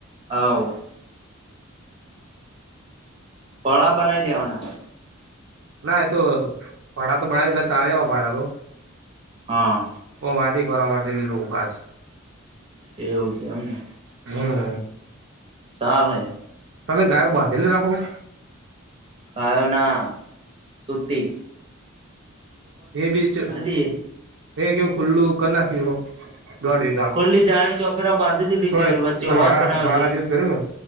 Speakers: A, on the right (about 25°); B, on the right (about 60°).
A: આવ. પળા બનાઈ દેવાના.
B: ના એતો ભાડા તો ભણેલા ચાવા એવા ભાડા તો
A: હા.
B: પો માટી ખોરા માટે લું ખાશ
A: એ એવું છે એમને.
B: હમ્મ.
A: ચાલે.
B: તમે ગાયો બાંધેલી રાખો?
A: ગાયોના શુટ્ટી.
B: હે બી ચ
A: દઈએ
B: હે કેવ ખુલ્લું કર નાખી બહુ દોઢી જામ
A: ખુલ્લી જાળી ચોપેરા બાંધી દીધી
B: છય
A: છે વચ્ચે હોજ
B: હા
A: બનાવ્યો
B: મારા
A: છે
B: જેવજ કર્યું ના?